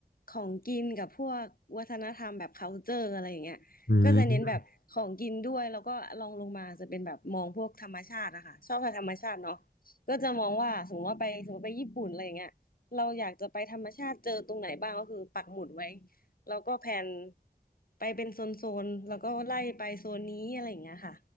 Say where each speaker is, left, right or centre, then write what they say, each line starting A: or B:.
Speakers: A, on the left; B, on the left.
A: ของกินกับพวกวัฒนธรรมแบบ culture อะไรอย่างเงี้ยก็จะเน้นแบบของกินด้วยแล้วก็ลองลงมาจะเป็นแบบมองพวกธรรมชาติอะค่ะชอบกับธรรมชาติเนาะ
B: อืม
A: ก็จะมองว่าสมมติว่าไปสมมติไปญี่ปุ่นอะไรอย่างเงี้ยเราอยากจะไปธรรมชาติเจอตรงไหนบ้างก็คือปักหมุดไว้แล้วก็แผนไปเป็นโซนๆแล้วก็ไล่ไปโซนนี้อะไรอย่างเงี้ยค่ะ